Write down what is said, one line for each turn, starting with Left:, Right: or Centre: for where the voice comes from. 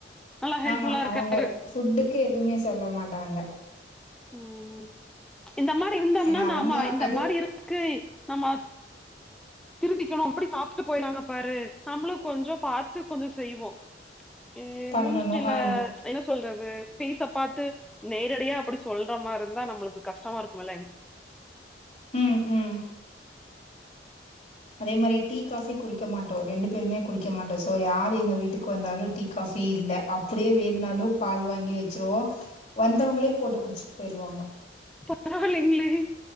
Centre: நல்லா ஹெல்ப்
Left: ஆமா
Centre: ஃபுல்லா இருக்காரு
Left: அவங்க ஃபுட்டுக்கு எதுமே சொல்ல மாட்டாங்க
Centre: ம் ம் இந்த மாரி இருந்தோம்னா
Left: ஏன்னா அவங்க
Centre: நாம இந்த
Left: அது
Centre: மாரி இருக்கு நாம திருந்திக்கணு அப்டி சாப்ட்டு போயிட்டாங்க பாரு நம்மளு கொஞ்சொ பாத்து கொஞ்சோ செய்வோ இ
Left: பண்ணணு
Centre: முஞ்சில
Left: ஆ
Centre: என்ன சொல்றது ஃபேஸ பாத்து நேரடியா அப்டி சொல்ற மார் இருந்தா நம்மளுக்கு கஷ்டமா இருக்குமில்லங்
Left: ம் ம் அதே மாரி டீ காஃபி குடிக்க மாட்டோ ரெண்டு பேருமே குடிக்க மாட்டோ சோ யார் எங்க வீட்டுக்கு வந்தாலு டீ காஃபி இல்ல அப்டியே வேணுனாலு பால் வாங்கி வச்சிருவோ வந்தவங்களே போட்டு குடிச்சிட் போயிருவாங்க
Centre: பராவால்லைங்ளே